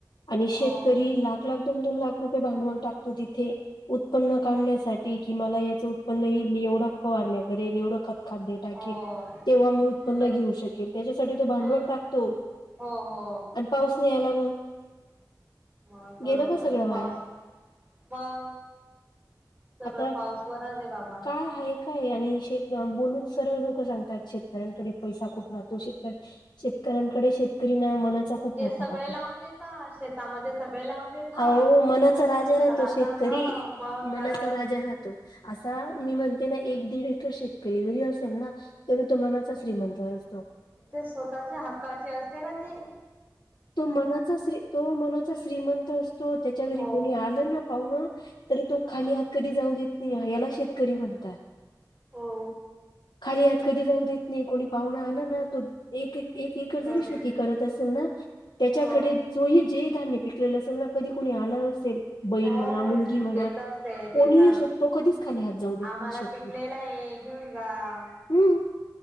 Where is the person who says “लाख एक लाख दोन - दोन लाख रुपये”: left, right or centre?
Left